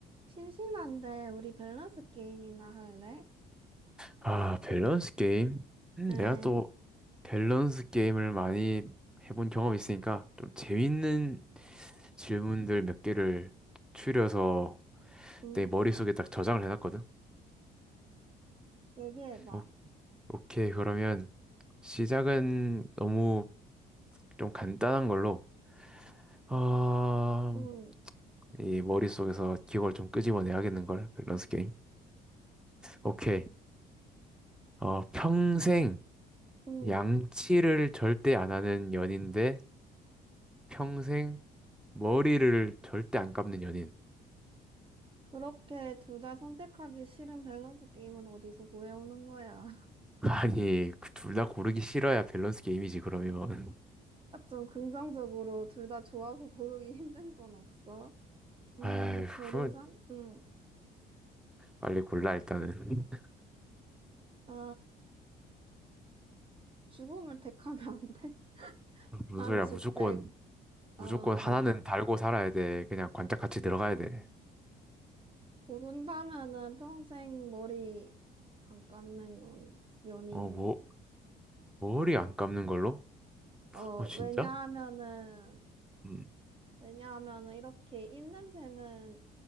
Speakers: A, on the right; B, in the centre.
A: 심심한데 우리 밸런스 게임이나 할래?
B: 아, 밸런스 게임? 음,
A: 응,
B: 내가 또 밸런스 게임을 많이 해본 경험이 있으니까 좀 재밌는 질문들 몇 개를 추려서
A: 음,
B: 내 머릿속에 딱 저장을 해놨거든.
A: 얘기해봐.
B: 오, 오케이, 그러면 시작은 너무 좀 간단한 걸로. 어,
A: 응
B: 이 머릿속에서 기억을 좀 끄집어내야겠는걸, 밸런스 게임. 오케이. 어, 평생
A: 응
B: 양치를 절대 안 하는 연인데 평생 머리를 절대 안 감는 연인.
A: 그렇게 둘 다 선택하기 싫은 밸런스 게임은 어디서 구해오는 거야? <laughs>
B: <laughs> 아니, 그 둘다 고르기 싫어야 밸런스 게임이지, 그러면.
A: 아, 좀 긍정적으로 둘 다 좋아서 고르기 힘든 건 없어? 음,
B: 아휴,
A: 고르자.
B: 그
A: 응
B: 빨리 골라, 일단은. <laughs>
A: 아, 죽음을 택하면 안 돼? <laughs>
B: 무슨
A: 난
B: 소리야,
A: 죽택.
B: 무조건, 무조건
A: 음,
B: 하나는 달고 살아야 돼. 그냥 관짝같이 들어가야 돼.
A: 고른다면은 평생 머리 안 감는 연, 연인.
B: 어, 뭐, 머리 안 감는 걸로?
A: 어,
B: 어, 진짜?
A: 왜냐하면은,
B: 음.
A: 왜냐하면은 이렇게 입 냄새는